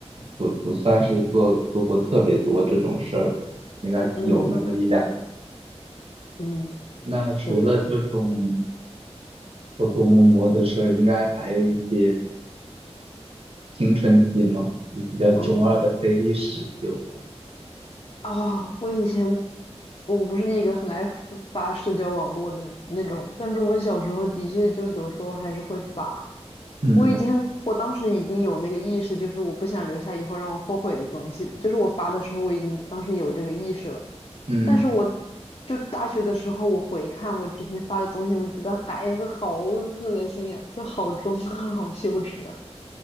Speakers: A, on the right (about 60°); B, on the left (about 55°).
A: 不不算是做做过特别多这种事儿吧，应该有那么一两。
B: <laughs> 嗯嗯，
A: 那除了这种
B: 是，
A: 偷偷摸摸的事儿，应该还有一些青春期嘛，就比较中二的黑历史有吗？
B: 嗯。嗯啊，我以前我不是一个很爱发发社交网络的那种，但是我小时候的确就有时候还是会发。
A: 嗯
B: 我已经，我当时已经有那个意识，就是我不想留下以后让我后悔的东西的，就是我发的时候我已经当时有这个意识了。
A: 嗯，
B: 但是我就大学的时候，我回看我之前发的东西，我觉得还是好恶心啊，就好中二，好羞耻啊